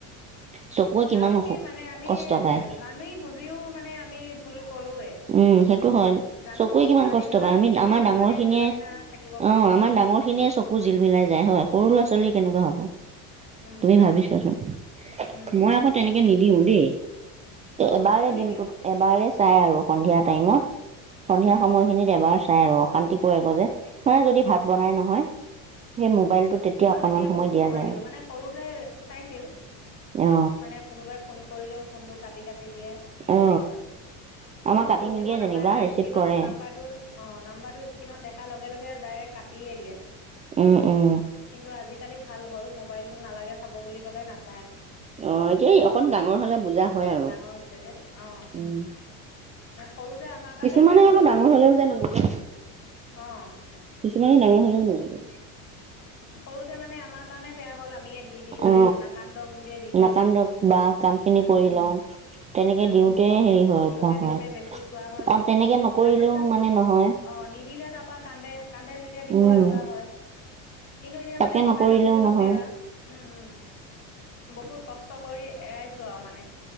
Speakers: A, on the right; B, on the left.
A: চকুৱে কিমান
B: আৰু কি মানে আমি
A: কষ্ট পায়
B: জানি বুজিও মানে। আমি ভুল কৰোৱে।
A: উম সেইটো হয়
B: জানো
A: চকুৱে কিমান
B: জানি
A: কষ্ট
B: পেলাইও
A: পায়
B: আমি নিজে
A: আমাৰ
B: নোচোৱাকে
A: ডাঙৰ খিনিয়ে
B: কোনোবা দিনা থাকিব পাৰিছো
A: অ আমাৰ
B: জানো।
A: ডাঙৰ চকু জিল মিলাই যায় হয় সৰু ল'ৰাোৱালী
B: উম
A: কেনেকুৱা
B: উম
A: হ'ব।
B: উম
A: তুমি ভাবি ছোৱাচোন
B: উম
A: মই আকৌ তেনেকে নিদিও দেই।
B: অ
A: এবাৰে
B: ময়ো নিদিও
A: দিনটোত এবাৰে চাই আৰু সন্ধিয়া টাইমত। সন্ধিয়া
B: উম
A: সময়খিনিত এবাৰ চাই আৰু অশান্তি কৰি ক যে মানে যদি
B: উম
A: ভাত
B: উম
A: বনাই নহয়। সেই
B: উম
A: মোবাইলটো তেতিয়া
B: ময়ো
A: অকনমান
B: এতিয়া
A: সময়
B: বহুত
A: দিয়া
B: কমাই
A: যায়
B: দিলো
A: আৰু
B: মানে সৰুতে চাইছিল।
A: অ
B: মানে কোনোবাই ফোন কৰিলেও ফোনটো কাটি কাটি দিয়ে তেনেকুৱা।
A: অ
B: ফোনটো
A: আমাৰ কাটি
B: বজিব
A: নিদিয়ে
B: নাপায়
A: যেনিবা
B: মানে
A: ৰিচিভ
B: স্ক্ৰীণত
A: কৰে
B: নাম্বাৰটোৰ অ নাম্বাৰটো স্ক্ৰীণত দেখাৰ লগে লগে। ডাইৰেক্ট কাটিয়ে দিয়ে।
A: উম উম।
B: কিন্তু আজিকালি ভাল হ'ল মোবাইলটো নালাগে চাব বুলি কলে না-
A: অহ এতিয়া অকণ ডাঙৰ হলে বুজা হয় আৰু
B: ডাঙৰ হৈছে যে অঁ
A: উম।
B: সৰুতে আমাৰ কাৰণে
A: কিছুমানে
B: বেয়া হ'ল
A: আকৌ
B: বাৰু
A: ডাঙৰ হলেও নুবুজে।
B: অঁ
A: কিছুমানে ডাঙৰ হলেও নুবুজে।
B: সৰুতে মানে আমাৰ কাৰণে বেয়া হ'ল আম- আমিয়ে দি দি মানে
A: অ
B: নাকান্দক বুলিয়ে দি থৈ
A: নাকান্দক
B: দিওঁ,
A: বা কাম খিনি
B: উম।
A: কৰি লওঁ তেনেকে
B: উম,
A: দিওঁতে হেৰি হয়
B: দিওঁতে
A: অভ্যাস
B: দিওঁতে
A: হয়
B: বেছি চোৱা হৈ
A: আৰু
B: গল
A: তেনেকে নকৰিলেও
B: তাৰপাছত
A: মানে নহয়
B: অ'। অ' নিদিলে তাৰ পা কান্দে, কান্দে যেতিয়া দিবই
A: উম
B: লগা হয়। কিন্তু এতিয়া
A: তাকে
B: মানে মোবাইলটো
A: নকৰিলেও
B: যিহেতু
A: নহয়
B: বেয়া, উম উম, বহুত কছ কৰি এৰাইছো আৰু মানে।